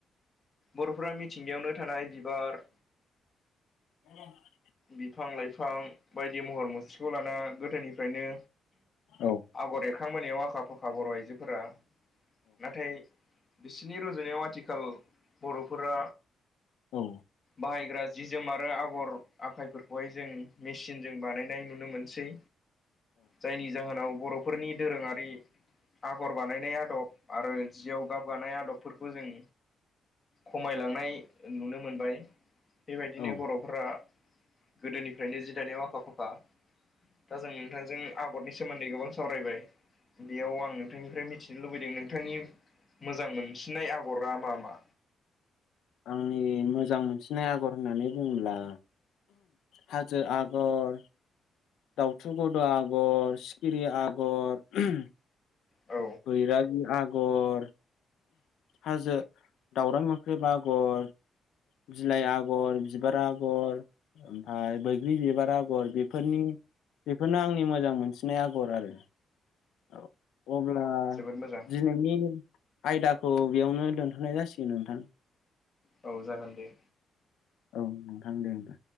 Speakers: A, on the left; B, on the left.
A: बर'फोरा मिथिंगायावनो थानाय बिबार
B: औ
A: बिफां-लाइफां बायदि महर मुस्रिखौ लाना गोदोनिफ्रायनो
B: औ
A: आगर एरखांबोनायाव आखा फाखा बर' आइजोफोरा नाथाय बिसोरनि रुजुनायाव आथिखाल बर'फोरा
B: औ
A: बाहायग्रा जि जोम आरो आगर आखाइफोरखौहाय जों मेसिनजों बानायनाय नुनो मोनसै जायनि जाहोनाव बर'फोरनि दोरोङारि आगर बानायनाय आदब आरो जियाव गाब गानाय आदबफोरखौ जों खमायलांनाय नुनो मोनबाय। बेबायदिनो
B: औ
A: बर'फोरा गोदोनिफ्रायनो जि दानायाव आखा फाखा। दा जों नोंथांजों आगरनि सोमोन्दै गोबां सावरायबाय बेयाव आं नोंथांनिफ्राय मिथि नो लुबैदों नोंथांनि मोजां मोनसिननाय आगरा मा मा?
B: आंनि मोजां मोनसिननाय आगर होननानै बुङोब्ला हाजो आगर दाउथु गद' आगर सिखिरि आगर
A: औ
B: <unintelligible> गर हाजो दाावराइ मोख्रेब आगर बिलाइ आगर बिबार आगर ओमफफ्राय बैग्रि बिबार आगर बेफोरनिछ बेफोरनो आंनि मोजां मोनसिननाय आगर आरो औ अब्ला
A: जोबोद मोजां
B: दिनैनि आयदाखौ बेयावनो दोनथ'नाय जासिगोन नोंथां
A: औ जागोन दे
B: औ नोंथां दे होमबा